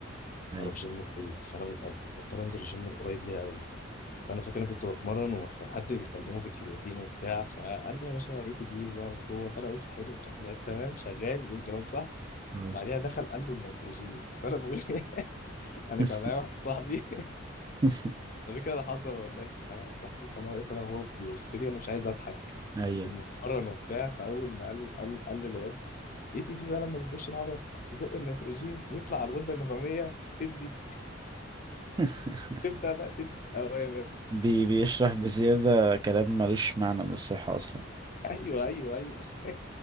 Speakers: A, on the right; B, on the left.
A: أيوه
B: اروح جيم بعيد فانا ببقى مضطر انزل الجيم القريب ليا قوي فانا فاكر انا كنت بتمرن وكان حد بيكلمه في الكرياتين وبتاع فقال له يا باشا اي تي دي بقى وقوه فانا قلت حلو لحد دلوقتي تمام شغال بيقول كلام صح
A: أه.
B: بعديها دخل قال له النيتروجين فانا بقول <laughs> انا
A: <laughs>
B: كان معايا واحد صاحبي <laughs>
A: <laughs>
B: ده كده اللي حصل والله كان معايا واحد صاحبي فانا واقف انا وهو بيبص لي وانا مش عايز اضحك
A: ايوه
B: وبنتمرن وبتاع فاول ما قال قال قال للواد اي تي دي بقى لما بيخش العضله تزق النيتروجين يطلع على الغده النخاميه تدي
A: <laughs>
B: تبدا بقى تدي اوامر
A: بي بيشرح بزيادة كلام ملوش معنى من الصحة أصلا
B: ايوه ايوه ايوه <laughs>